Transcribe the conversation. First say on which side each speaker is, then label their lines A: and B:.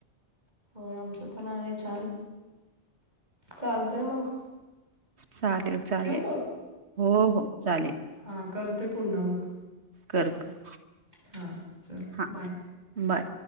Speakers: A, on the right (about 40°); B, on the right (about 75°).
A: होय आमचं पण आहे छान, चालतय मग.
B: चालेल चालेल
A: ठेवू
B: हो हो चालेल.
A: हा करते पुन्हा मग.
B: कर कर.
A: हां चल
B: हां
A: बाय.
B: बाय.